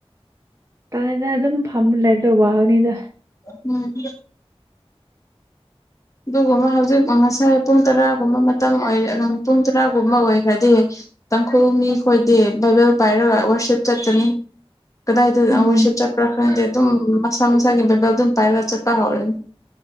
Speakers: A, on the right; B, on the left.
A: ꯇꯥꯏꯗ ꯑꯗꯨꯝ ꯐꯝ ꯂꯥꯏꯕꯇ ꯋꯥꯒꯅꯤꯗ
B: ꯎꯝ ꯑꯗꯨꯒꯨꯝꯕ ꯍꯧꯖꯤꯛ ꯉꯁꯥꯏ ꯄꯨꯡ ꯇꯔꯥꯒꯨꯝꯕ ꯃꯇꯝ ꯑꯣꯏꯔ ꯄꯨꯡ ꯇꯔꯥꯒꯨꯝꯕ ꯑꯣꯏꯈ꯭ꯔꯗꯤ ꯇꯥꯡꯈꯨꯜ ꯃꯤ ꯈꯣꯏꯗꯤ ꯕꯥꯏꯕꯦꯜ ꯄꯥꯏꯔꯒ ꯋꯥꯔꯁꯤꯞ ꯆꯠꯀꯅꯤ ꯀꯗꯥꯏꯗ
A: ꯎꯝ
B: ꯋꯔꯁꯤꯞ ꯆꯠꯄ꯭ꯔꯥ ꯈꯪꯗꯦ ꯑꯗꯨꯝ ꯃꯁꯥ ꯃꯁꯥꯒꯤ ꯕꯥꯏꯕꯜ ꯑꯗꯨꯝ ꯄꯥꯏꯔꯒ ꯆꯠꯄ ꯍꯧꯔꯅꯤ